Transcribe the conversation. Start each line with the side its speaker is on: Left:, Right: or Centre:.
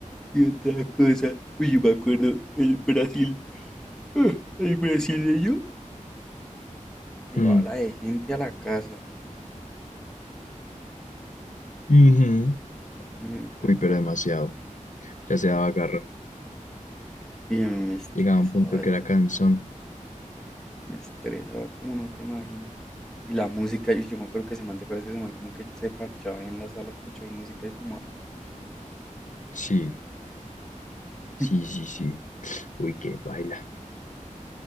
Centre: Y otra cosa, uy, yo me acuerdo, el Brasil, ah, el brasileño llevaba
Left: Mm.
Centre: la de gente a la casa.
Left: Ujú.
Centre: Mm, ¿Te
Left: Uy,
Centre: acuerdas?
Left: pero demasiado. Ya se daba garra.
Centre: Y a mí me estresaba
Left: Llegaba a un punto que
Centre: eso.
Left: era cansón.
Centre: Me estresaba como no te imaginas. Y la música, y yo me acuerdo que ese man, ¿te acuerdas que ese man como que se parchaba ahí en la sala a escuchar música y fumar?
Left: Sí, sí,
Centre: <laughs>
Left: sí, sí. Uy, qué baila.